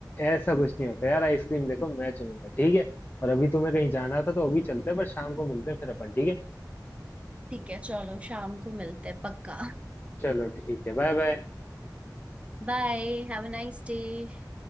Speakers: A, on the left; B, on the right.
A: ऐसा कुछ नहीं होता यार आइसक्रीम देखो मैं चलूंगा ठीक है और अभी तुम्हें कहीं जाना था तो अभी चलते हैं पर शाम को मिलते हैं फिर अपन ठीक है
B: ठीक है चलो शाम को मिलते हैं पक्का
A: चलो ठीक है बाय बाय
B: Bye Have a nice day